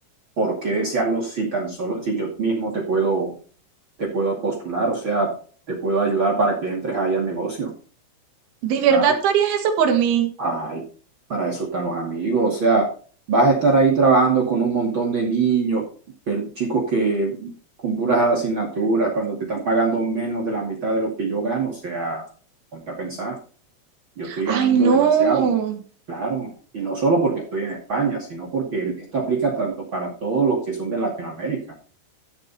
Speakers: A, on the right; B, on the right.
A: ¿por qué desearlo si tan solo, si yo mismo te puedo, te puedo postular, o sea, te puedo ayudar para que entres ahí al negocio?
B: ¿De verdad
A: Claro.
B: tú harías eso por mí?
A: Ay, para eso están los amigos, o sea, vas a estar ahí trabajando con un montón de niños, pe- chicos que con puras asignaturas, cuando te están pagando menos de la mitad de lo que yo gano, o sea, ponte a pensar, yo estoy
B: Ay,
A: ganando
B: no,
A: demasiado, claro, y no solo porque estoy en España, sino porque el- esto aplica tanto para todos los que son de Latinoamérica.